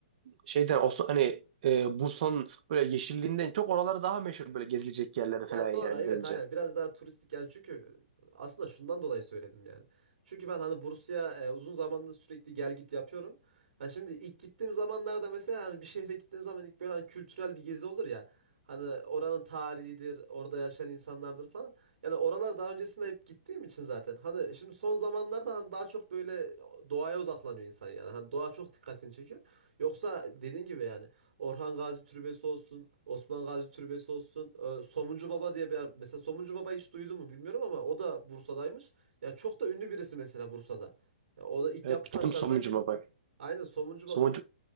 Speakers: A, on the right; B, on the right.
A: şeyden Osman, hani e, Bursa'nın böyle yeşilliğinden çok oraları daha meşhur böyle gezilecek yerleri falan
B: Ya
A: yani
B: doğru evet
A: bence.
B: aynen biraz daha turistik yani çünkü aslında şundan dolayı söyledim yani. Çünkü ben hani Bursa'ya e, uzun zamandır sürekli gel git yapıyorum. Yani şimdi ilk gittiğim zamanlarda mesela hani bir şehre gittiğin zaman ilk böyle hani kültürel bir gezi olur ya. Hani oranın tarihidir, orada yaşayan insanlardır falan. Yani oralar daha öncesinde hep gittiğim için zaten. Hani şimdi son zamanlarda hani daha çok böyle doğaya odaklanıyor insan yani. Hani doğa çok dikkatini çekiyor. Yoksa dediğin gibi yani Orhan Gazi Türbesi olsun, Osman Gazi Türbesi olsun. Ee, Somuncu Baba diye bir yer- mesela Somuncu Baba hiç duydun mu bilmiyorum ama o da Bursa'daymış. Ya çok da ünlü birisi mesela Bursa'da. Ya o da ilk
A: Evet
B: yapı
A: gittim
B: taşlarından
A: Somuncu'ma
B: birisi.
A: bak.
B: Aynen Somuncu
A: Somuncu
B: Baba.